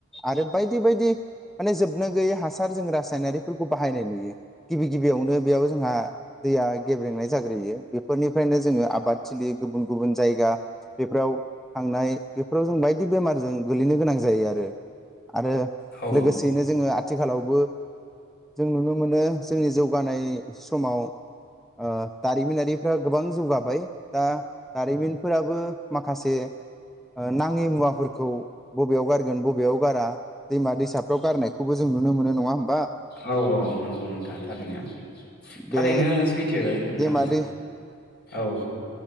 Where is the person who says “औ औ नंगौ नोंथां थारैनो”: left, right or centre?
Left